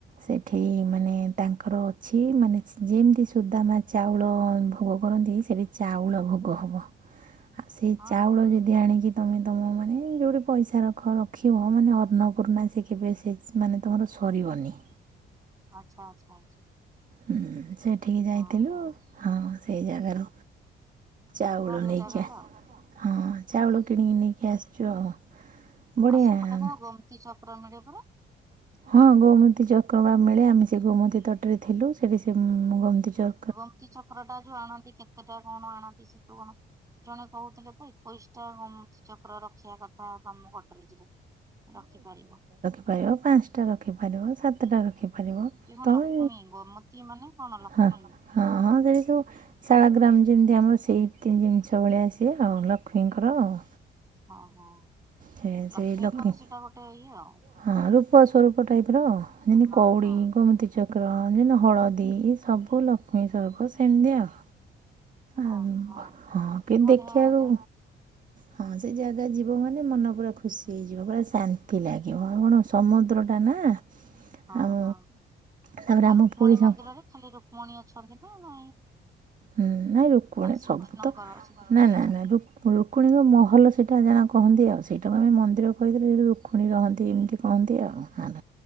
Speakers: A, on the right (about 40°); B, on the right (about 15°).
A: ସେଠି ମାନେ ତାଙ୍କର ଅଛି ମାନେ ଯେମିତି ସୁଦାମା ଚାଉଳ ଭୋଗ କରନ୍ତି। ସେଠି ଚାଉଳ ଭୋଗ ହେବ।
B: <unintelligible>
A: ଆଉ ସେଇ
B: ହଁ।
A: ଚାଉଳ ଯଦି ଆଣିକି ତମେ ତମ ମାନେ ଯୋଉଠି ପଇସା ରଖ ରଖିବ ମାନେ ଅର୍ଣ୍ଣପୂର୍ଣା ସେ କେବେ ସେ ମାନେ ତୁମର ସରିବନି।
B: ଆଚ୍ଛା ଆଚ୍ଛା ଆଚ୍ଛା।
A: ହୁଁ ସେଠିକି ଯାଇଥିଲୁ
B: ହଁ ହଁ
A: ହଁ ସେଇ ଜାଗାରୁ ଚାଉଳ
B: ଭଲ
A: ନେଇକି
B: ଜାଗା
A: ଆ
B: ଟା
A: ହଁ ଚାଉଳ କିଣିକି ନେଇକି ଆସିଛୁ ଆଉ। ବଢ଼ିଆ
B: ଆଉ ସେପଟେ କଣ ଗମତି <inaudible> ମିଳେପରା।
A: ହଁ ଗୋମତୀ ଚକ୍ରବା ମିଳେ ଆମେ ସେ ଗୋମତୀ ତଟରେ ଥିଲୁ ସେଠି ସେ ଗୋମତୀ ଚ
B: ଗୋମତୀ ଚକ୍ରଟା ଯୋଉ ଆଣନ୍ତି କେତେଟା କଣ ଆଣନ୍ତି ସେଠୁ କଣ ଜଣେ କହୁଥିଲେ ତ ଏକୋଇଶିଟା ଗମତି ଚକ୍ର ର ଖିଆ କଥା ତମ ଗଡରେଜ୍ ରେ ରଖିପାରିବ।
A: ପାରିବ ପାଞ୍ଚଟା ରଖିପାରିବ ସାତଟା ରଖିପାରିବ।
B: ଇଏ କଣ
A: ତମେ
B: ଲକ୍ଷ୍ମୀ ଗୋମତୀ ମାନେ କଣ ଲକ୍ଷ୍ମୀ?
A: ହଁ ହଁ ସେଇସବୁ ଶାଳଗ୍ରାମ୍ ଯେମିତି ଆମର ସେଇ ତି ଜିନିଷ ଭଳିଆ ସିଏ ଆଉ ଲକ୍ଷ୍ମୀଙ୍କର ଆଉ।
B: ଓହୋ
A: ସେ
B: ଲକ୍ଷ୍ମୀଙ୍କର
A: ସେଇ ଲକ୍ଷ୍ମୀ
B: ସେଇଟା ଗୋଟେ ଇଏ ଆଉ।
A: ହଁ ରୂପସ୍ଵରୂପ ଟାଇପ୍ ର ଯେମିତି
B: ହଁ
A: କଉଡି
B: ହଁ
A: ଗୋମିତି ଚ କ୍ର ଯେମିତି ହଳଦୀ ଏ ସବୁ ଲକ୍ଷ୍ମୀ ସ୍ଵରୂପ ସେମତି ଆଉ। ଆଉ
B: ଓହୋ
A: ହଁ କେନ୍ତି
B: ବଢିଆ
A: ଦେଖିବାକୁ?
B: ଯା
A: ହଁ ସେ ଜାଗା ଯିବ ମାନେ ମନ ପୁରା ଖୁସି ହେଇଯିବ ପୁରା ଶାନ୍ତି ଲାଗିବ କଣ ସମୁଦ୍ରଟା ନା।
B: ହଁ
A: ଆମ
B: ହଁ
A: ତାପରେ
B: ଆଉ
A: ଆମ
B: ରୁକ୍ମଣୀ
A: ପୁରୀ ସମ
B: ମନ୍ଦିରରେ ଖାଲି ରୁକ୍ମଣୀ ଅଛନ୍ତି ନା ନାଇଁ?
A: ହୁଁ ନାଇଁ ରୁକ୍ମଣୀ
B: ମାନେ ଶ୍ରୀକୃଷ୍ଣଙ୍କର
A: ସବୁ ତ
B: ଶ୍ରୀକୃଷ୍ଣ
A: ନାଇଁ
B: ବି
A: ନାଇଁ
B: ଅଛନ୍ତି
A: ନାଇଁ ରୁ ରୁକ୍ମଣୀଙ୍କ ମହଲ ସେଇଟା ଜାଣ କହନ୍ତି ଆଉ ସେଇଟାକୁ ଆମେ ମନ୍ଦିର କହିଦେଲେ ସେଠୀ ରୁକ୍ମଣୀ ରହନ୍ତି ଏମିତି କୁହନ୍ତି ଆଉ ହ